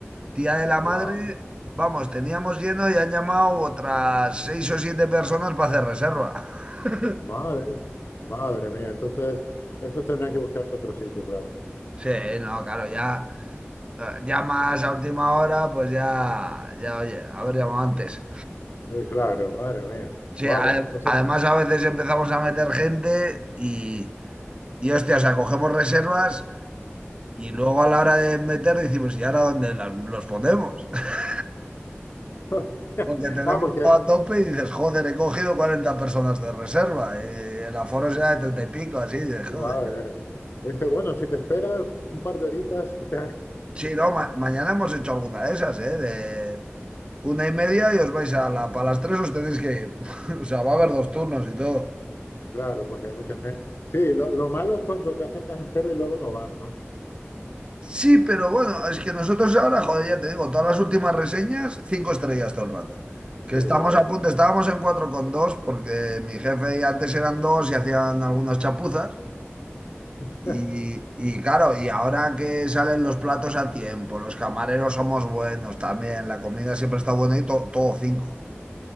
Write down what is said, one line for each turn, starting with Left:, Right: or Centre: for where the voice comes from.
Right: Tía de la madre,
Left: ¡Guau!
Right: vamos, teníamos lleno y han llamado otras seis o siete personas para hacer reserva. <laughs>
Left: Madre, madre mía. Entonces, esos tendrán que buscarse otro sitio, claro.
Right: Sí, no, claro, ya. eh, llamas a última hora, pues ya, ya, oye, haber llamado antes.
Left: Eh, Claro, madre mía.
Right: Sí,
Left: Guau,
Right: a-
Left: o sea,
Right: además a veces empezamos a meter gente y, y hostia, o sea, cogemos reservas y luego a la hora de meter decimos, ¿y ahora dónde las- los ponemos? <laughs>
Left: <laughs>
Right: Porque tenemos
Left: ah, porque
Right: todo a tope y dices, joder, he cogido 40 personas de reserva y el aforo será de 30 y pico, así, de joder.
Left: Vale. vale. Le Dice, bueno, si te esperas un par de horitas, <laughs> te ha-".
Right: Sí, no, ma- mañana hemos hecho alguna de esas, ¿eh? De una y media y os vais a la, para las tres os tenéis que ir. <laughs> O sea, va a haber dos turnos y todo.
Left: Claro, porque hay mucha gente. Sí, lo, lo malo es cuando te hacen una reserva y luego no van, ¿no?
Right: Sí, pero bueno, es que nosotros ahora, joder, ya te digo, todas las últimas reseñas, cinco estrellas todo el rato. Que
Left: Qué
Right: estamos
Left: guay,
Right: a punto,
Left: tío.
Right: estábamos en cuatro coma dos porque mi jefe antes eran dos y hacían algunas chapuzas.
Left: <laughs>
Right: Y, y claro, y ahora que salen los platos a tiempo, los camareros somos buenos también, la comida siempre está buena y to- todo cinco.